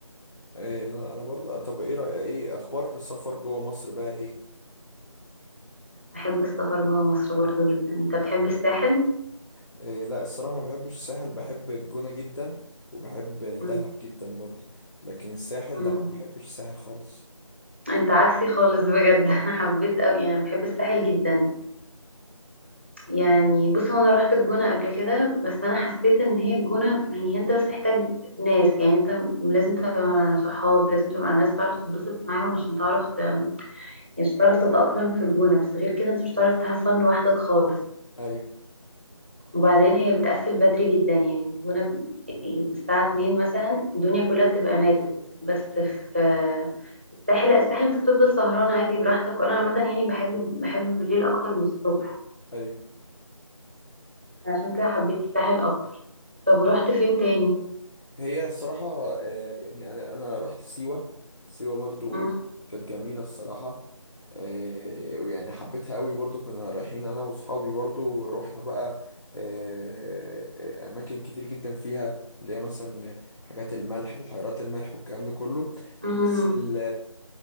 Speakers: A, on the left; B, on the right.
A: إيه انا انا برضو آه، طب ايه رأيك ايه اخبار السفر جوه مصر بقى ايه,
B: بحب السفر جوه مصر برضو جدا انت بتحب الساحل؟
A: إيه لا الصراحة ما بحبش الساحل بحب الجونة جدا وبحب دهب
B: مم.
A: جدا برضو لكن الساحل
B: مم.
A: لا ما بحبش الساحل خالص
B: انت عكسي خالص بجد <laughs> حبيت اوي يعني بحب الساحل جدا يعني بص هو انا رحت الجونة قبل كده بس انا حسيت ان هي الجونة هي انت بس محتاج ناس يعني انت لازم تبقى مع صحاب لازم تبقى مع ناس تعرف تتبسط معاهم عشان تعرف ت... يعني عشان تعرف تتأقلم في الجونة بس غير كده انت مش هتعرف تهفن لوحدك خالص
A: ايوه
B: وبعدين هي بتقفل بدري جدا يعني الجونة ب- الساعة 2 مثلا الدنيا كلها بتبقى ماتت بس في الساحل لا الساحل انت بتفضل سهران عادي براحتك وانا عامة يعني بحب بحب بالليل اكتر من الصبح
A: ايوه
B: عشان كده حبيت الساحل اكتر طب ورحت فين تاني
A: هي الصراحة آه، يعني أنا أنا رحت سيوة سيوة برضو
B: مم.
A: كانت جميلة الصراحة آه، ويعني حبيتها قوي برضو كنا رايحين أنا وصحابي برضو رحنا بقى آه، آه، أماكن كتير جدا فيها اللي هي مثلا حاجات الملح بحيرات الملح والكلام ده كله
B: مم.
A: بس ال